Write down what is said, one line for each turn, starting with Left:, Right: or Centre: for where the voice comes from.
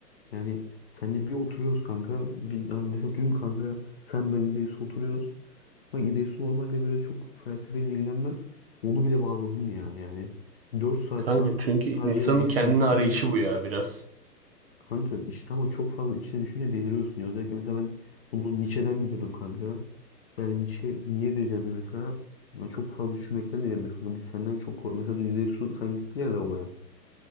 Left: Yani senle bir oturuyoruz kanka. Bir, yani mesela dün kanka sen ben İzeysu oturuyoruz. Bak İzeysu normalde böyle çok felsefeyle ilgilenmez. Onu bile bağladın ya yani. dört saat
Right: Kanka
Left: falan
Right: çünkü insanın
Left: sadece biz,
Right: kendini
Left: biz kimiz?
Right: arayışı bu ya biraz.
Left: Kanka işte ama çok fazla içine düşünce deliriyorsun ya. Özellikle mesela ben bunu Nietzsche'den biliyordum kanka. Yani Nietzsche niye delirdi mesela? Ya çok fazla düşünmekten delirdi kanka. Biz senden çok kork- Mesela dün İzey Su sen gittin ya lavaboya.